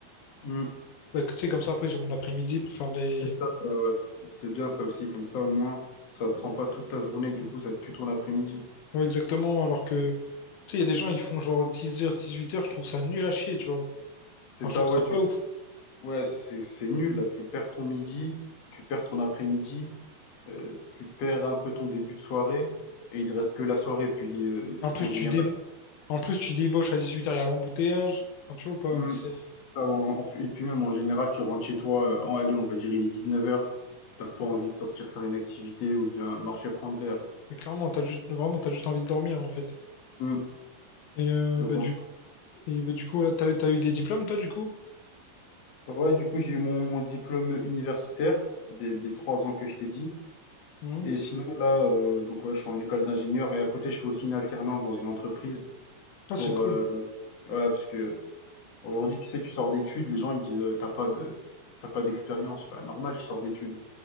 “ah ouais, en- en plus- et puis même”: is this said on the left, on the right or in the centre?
Left